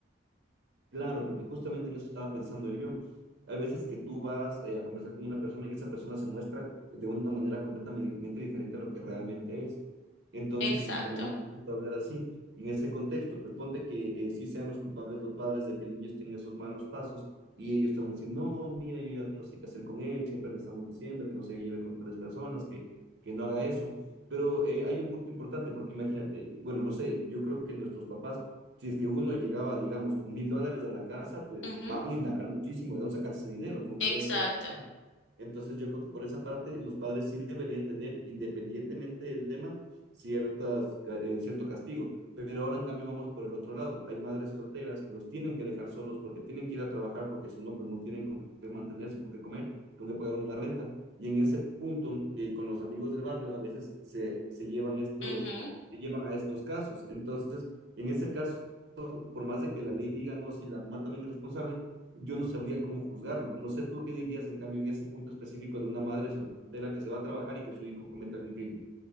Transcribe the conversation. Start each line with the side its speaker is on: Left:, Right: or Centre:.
Right: Claro, porque justamente en eso estaba pensando yo. Hay veces que tú vas eh, a conversar con una persona y esa persona se muestra de una manera completamente diferente a lo que realmente es. Entonces,
Left: Exacto.
Right: si nos ponemos a hablar así, en ese contexto, pues ponte que eh, sí sean los culpables los padres de que el niño esté en esos malos pasos y ellos te van a decir, no, mira, yo ya no sé qué hacer con él, siempre le estamos diciendo que no se lleve con tales personas, que, que no haga eso. Pero eh, hay un punto importante, porque imagínate, bueno, no sé, yo creo que nuestros papás si es que uno llegaba, digamos, con mil dólares a la casa, pues
Left: Ujú,
Right: van a indagar muchísimo de dónde sacaste ese dinero, no, no
Left: Exacto.
Right: debe ser así. nomás. Entonces yo creo que por esa parte los padres sí deberían tener, independientemente del tema, ciertas, ca- eh, cierto castigo. Pero ahora en cambio vamos por el otro lado. Hay madres solteras que los tienen que dejar solos porque tienen que ir a trabajar, porque si no, pues no tienen con qué mantenerse, con qué comer, con qué pagar una renta. Y en ese punto, eh, con los amigos del barrio, a veces se, se llevan estos,
Left: Ujú.
Right: se llevan a estos casos. Entonces, en ese caso por más de que la ley diga, no, si la mamá también es responsable, yo no sabría cómo juzgarlo. No sé tú qué dirías, en cambio, en ese punto específico de una madre soltera que se va a trabajar y que su hijo cometa algún crimen.